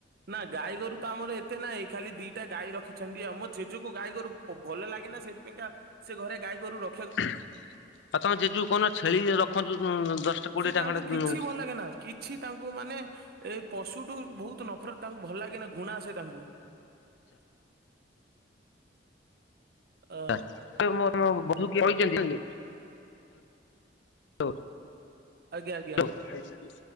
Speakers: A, on the right; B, on the left.
A: ନା ଗାଈ ଗୋରୁ ତ ଆମର ଏତେ ନାଇଁ ଖାଲି ଦିଇଟା ଗାଈ ରଖିଛନ୍ତି ଆଉ ମୋ ଜେଜକୁ ଗାଈ ଗୋରୁ ଅ ଭଲ ଲାଗେନା ସେଇଥି ପାଇଁକା ସେ ଘରେ ଗାଈ ଗୋରୁ ର
B: ଆଉ ତମ ଜେଜକୁ କୋହୁନ ଛେଳି ରଖନ୍ତୁ କୁଁ ଦଶଟା କୋଡିଏ
A: ସେ
B: ଟା
A: ତାଙ୍କୁ
B: ଖଣ୍ଡେ
A: କିଛି
B: ଉଁ
A: ଭଲ ଲାଗେ ନା କିଛି ତାଙ୍କୁ ମାନେ ଏ ପଶୁଠୁ ବୋହୁତ ନଫରତ ତାଙ୍କୁ ଭଲ ଲାଗେନା ଘୁଣା ଆସେ ତାଙ୍କୁ। ଅ
B: ନା ଆରୁ ମୋ ମୋ ବନ୍ଧୁ କିଏ କହିଚନ୍ତି କହିଲେ। ତୋ
A: ଆଜ୍ଞା ଆଜ୍ଞା
B: ହଉ